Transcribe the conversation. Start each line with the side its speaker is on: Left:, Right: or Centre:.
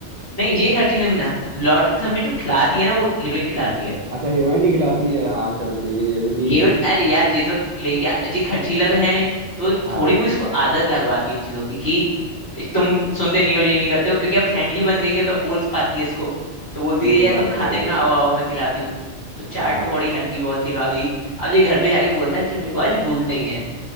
Left: नहीं ये खर्ची नहीं ना लौटते समय जो खिलाती है ना वो हीरोइन खिलाती है
Right: अच्छा हीरोइन ही खिलाती है हाँ चलो ठीक है ये भी ठीक
Left: हीरो
Right: है
Left: अरे यार ये तो ले गया ये खर्चीला तो है नहीं तो
Right: हाँ
Left: थोड़ी वो इसको आदत लगवाती है इन चीजों की कि तुम सुनते नहीं हो ये नहीं करते हो क्योंकि अब फ्रेंडली बन गई है तो अब बोल पाती है इसको तो बोलती
Right: ये
Left: है यार
Right: बात
Left: तुम
Right: तो
Left: खाते
Right: सही
Left: नहीं
Right: है
Left: हो आओ आओ मैं खिलाती हूँ तो चाट
Right: हाँ
Left: पकौड़ी हल्की बहुत खिलवा दी अब ये घर पे जाके बोलता है कि मेरे को आज भूख नहीं है